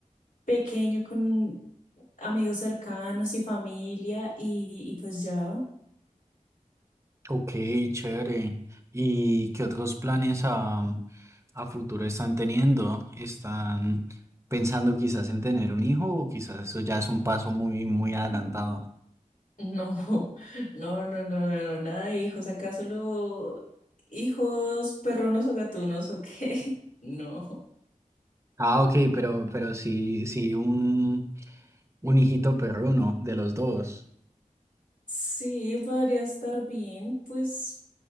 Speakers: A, on the left; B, on the right.
A: pequeño con amigos cercanos y familia y, y pues ya.
B: Ok, chévere. ¿Y qué otros planes a, a futuro están teniendo? ¿Están pensando quizás en tener un hijo o quizás eso ya es un paso muy, muy adelantado?
A: No, <laughs> no, no, no, no, no, nada de hijos, acá solo hijos perrunos o gatunos, ¿o qué? <laughs> No.
B: Ah, ok, pero, pero sí, sí, un, un hijito perruno de los dos.
A: Sí, podría estar bien, pues,